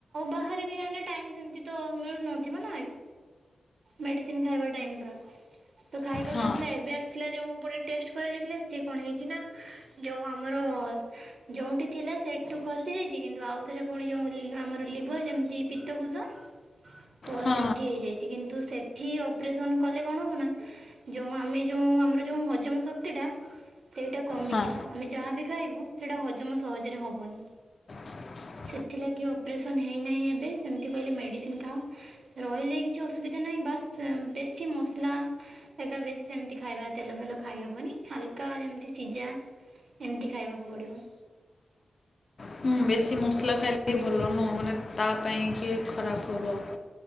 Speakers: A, on the right; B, on the left.
A: ବାହାରେବି ଆମେ ଟାଇମ୍ ସେମିତି ତ ମିଳୁ ନଥିବ ନା। ମେଡିସିନ ଖାଇବା ଟାଇମ ତ ଖାଇ ପାର
B: ହଁ ହଁ
A: ନଥିଲା ଏବେ ଆସିଥିଲା ଯେଉ ପୁଣି ଟେଷ୍ଟ କରାଯାଇଥିଲା, ସିଏ କଣ ହେଇଛି ନା -ଯୋଉ ଆମର ଯୋଉଠି ଥିଲା ସେଠୁ ଖସିଯାଇ କିନ୍ତୁ ଆଉଥରେ ପୁଣି ଯୋଉ ଆମର ଲିଭର ଯେମିତି ପିତକୋଷ ତ
B: ହଁ
A: ସେଠି ହେଇଯାଇଛି କିନ୍ତୁ ସେଠ ଏଠି ଅପରେସନ କଲେ କଣ ହବ ନା ଯୋଉ ଆମେ ଯୋଉ ଆମର ଯୋଉ ହଜମ ଶକ୍ତି ଟା ସେଇଟା କମିଯିବ,
B: ହଁ ହଁ।
A: ଆମେ ଯାହାବି ଖାଇବୁ ସେଇଟା ହଜମ ସହଜରେ ହବନି।
B: <inaudible>
A: ସେଥିଲାଗି ଅପରେସନ୍ ହେଇନାହିଁ ଏବେ, ସେମିତି କହିଲେ ମେଡ଼ିସିନ ଖାଅ ରହିଲେ କିଛି ଅସୁବିଧା ନାହିଁ। ବାସ୍ ବେଶୀ ମସଲା, ଏକା ବେଶୀ ସେମିତି ଖାଇବା ତେଲ ଫେଲ ଖାଇହବନି। ହାଲକା ଯେମିତି ସିଝା ଏମିତି ଖାଇବାକୁ ପଡିବ।
B: ହୁଁ ବେଶୀ ମସଲା ଖାଇଲେ ଭଲ ନୁହଁ ମାନେ ତା ପାଇଁ କି ଖରାପ କରିବ।